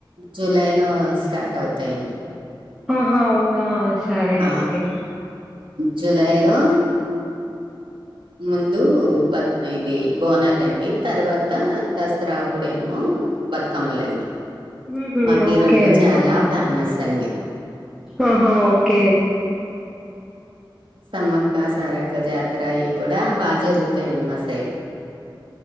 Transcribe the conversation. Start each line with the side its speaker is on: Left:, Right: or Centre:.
Right: జూలై లో స్టార్ట్ అవుతాయండి.
Centre: అహ అవునా సరే
Right: అ
Centre: అండి
Right: జులైలో ముందు బత్ ఇది బోనాత్ అండి తర్వాత దసరా అప్పుడేమో ఉ బతుకమ్మలండి
Centre: ఉహు,
Right: మా
Centre: ఓకే
Right: ఈ రెండు
Centre: అండి
Right: చాలా ఫేమస్ అండి
Centre: ఆహా ఓకే
Right: సమ్మక్క సారక్క జాతర అయి కూడా బా జరుగుతాయండి మా సైడ్